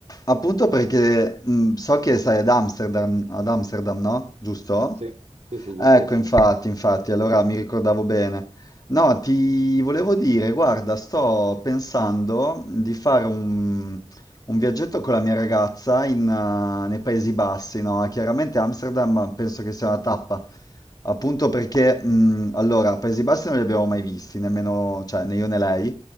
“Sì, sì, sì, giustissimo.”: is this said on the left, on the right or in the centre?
Right